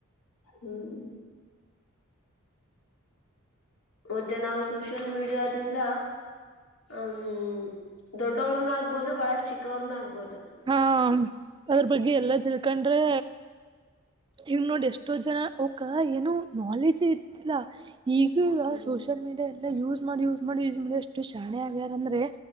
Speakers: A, on the left (about 85°); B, on the right (about 20°).
A: ಹ್ಮ್ ಮತ್ತೆ ನಾವು ಸೋಷಿಯಲ್ ಮೀಡಿಯಾದಿಂದ ಹ್ ದೊಡ್ಡವರುನು ಆಗ್ಬೋದು ಬಹಳ ಚಿಕ್ಕವ್ರನು ಆಗ್ಬೋದು
B: ಹಾ ಅದ್ರ ಬಗ್ಗೆ ಎಲ್ಲಾ ತಿಳ್ಕೊಂಡ್ರೆ ಈಗ ನೋಡ್ ಎಷ್ಟೋ ಜನ ಅವಕ ಏನೋ ನಾಲೆಜ್ ಇರ್ತಿಲ್ಲ ಈಗ ಈಗ
A: ಹ್ಮ್
B: ಸೋಷಿಯಲ್ ಮೀಡಿಯಾ ಎಲ್ಲ ಯೂಸ್ ಮಾಡಿ ಯೂಸ್ ಮಾಡಿ ಯೂಸ್ ಮಾಡಿ ಎಷ್ಟು ಶಾಣ್ಯಾ ಆಗ್ಯಾರ ಅಂದ್ರೆ